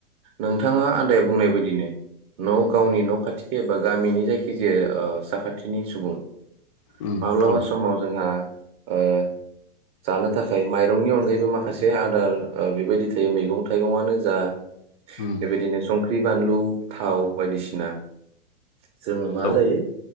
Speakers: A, on the right; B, on the left.
A: नोंथाङा आदाया बुंनाय बायदि नो न' गावनि न' खाथि एबा गामिनि जायखिजाया ओ साखाथिनि सुबुं
B: उम
A: माब्लाबा
B: औ
A: समाव जोंहा ओ जानो थाखाय माइरंनि अनगायैबो माखासे आदार ओ बेबायदि थायो मैगं थाइगंआनो जा बेबायदिनो
B: उम
A: संख्रि ख्रि बानलु थाव बायदिसिना जोङो मा
B: औ
A: जायो